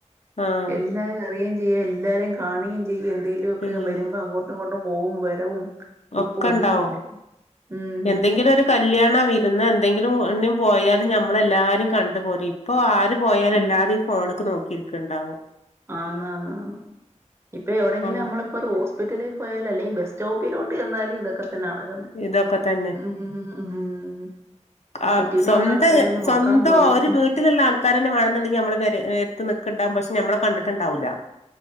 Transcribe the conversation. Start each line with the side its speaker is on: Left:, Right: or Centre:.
Left: ആഹ്
Right: എല്ലാരും അറിയേ ചെയ്യ എല്ലാരെയും കാണേ ചെയ്യ എന്തേലെക്കെ
Left: ചെയ്യും
Right: വരുമ്പോ അങ്ങോട്ടും ഇങ്ങോട്ടും പോവും വരവും
Left: ഒക്കെണ്ടാവും
Right: ഇപ്പൊ ഒന്നുമില്ല ഉം
Left: എന്തെങ്കിലൊരു കല്യാണ വിരുന്ന എന്തെങ്കിലും <unintelligible> പോയാലും നമ്മളെല്ലാരും കണ്ടുപോരി ഇ ഇപ്പോ ആര് പോയാലും
Right: ഉം
Left: എല്ലാരും ഈ ഫോണ്ക്ക് നോക്കിയിരിക്ക്ണ്ടാവും
Right: ആന്ന് ആന്ന് ആന്ന് ഇപ്പ എവിടെങ്കിലും
Left: ആഹ്
Right: നമ്മള് ഇപ്പരു ഹോസ്പിറ്റലിൽ പോയാല് അല്ലെങ്കിൽ ബസ്റ്റോപ്പിലോട്ട് ചെന്നാല് ഇതെക്കെതന്നെ പിന്നെ നടക്ക്‌ന്നെ
Left: ഇതൊക്കെ തന്നെ
Right: ഉം ഉം ഉം
Left: ആഹ്
Right: ചുറ്റിനുമുള്ള
Left: സ്വന്ത്
Right: ആൾക്കാരെ ഒന്ന്
Left: സ്വന്തം
Right: നോക്കാൻ പോലും
Left: ഒരു
Right: ഉം
Left: വീട്ട് വീട്ട്ലുള്ള ആൾക്കാരന്നെ മാണന്ന്ണ്ടങ്കില് നമ്മളെ പെര എട്ത്ത് നിക്ക്ണ്ടാകും പക്ഷെ ഞമ്മളെ കണ്ടിട്ടുണ്ടാവുല